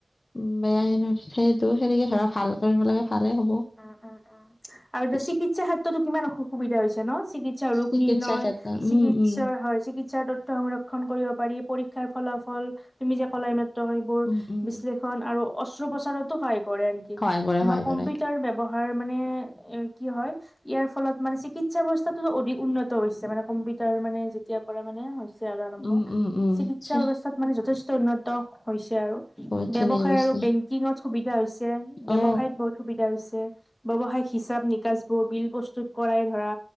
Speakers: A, on the left; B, on the left.
A: উম, বেয়া হেনাই। সেইটো সেনেকে ধৰা ভাল কৰিব লাগে ভালে হ'ব।
B: অ অ অ আৰু এইটো
A: চিকিৎ-
B: চিকিৎসা ক্ষেত্ৰটো কিমান অসু সুবিধা হৈছে ন? চিকিৎসা ৰোগ
A: চিকিৎসাৰ
B: নিৰ্ণয়
A: ক্ষেত্ৰত
B: চিকিৎসাৰ
A: উম উম
B: হয়, চিকিৎসাৰ তথ্য সংৰক্ষণ কৰিব পাৰি, পৰীক্ষাৰ ফলাফ- হল। তুমি যে কলা, এইমাত্ৰ এইবোৰ
A: উম উম
B: বিশ্লেষণ আৰু অস্ত্ৰোপচাৰটো সহায় কৰে নেকি?
A: সহায় কৰে সহায়
B: বা কম্পি
A: কৰে
B: টাৰ ব্যৱহাৰ মানে এ কি হয়, ইয়াৰ ফলত মানে চিকিৎসা ব্যৱস্থাটো অধিক উন্নত হৈছে মানে কম্পি টাৰ মানে, যেতিয়াৰ পৰা মানে হৈছে আৰু আৰম্ভ,
A: উম উম উম
B: চিকিৎসা
A: ছি,
B: ব্যৱস্থাত মানে যথেষ্ট উন্নত হৈছে আৰু।
A: বহুত
B: ব্যৱসায়
A: ধুনীয়া বস্তু
B: আৰু বেঙ্কিঙত সুবিধা হৈছে।
A: অ
B: ব্যৱসায়ত বহুত সুবিধা হৈছে। ব্যৱসায়িক হিচাপ নি নিকাছবোৰ, বিল প্ৰস্তুত কৰাই ধৰা,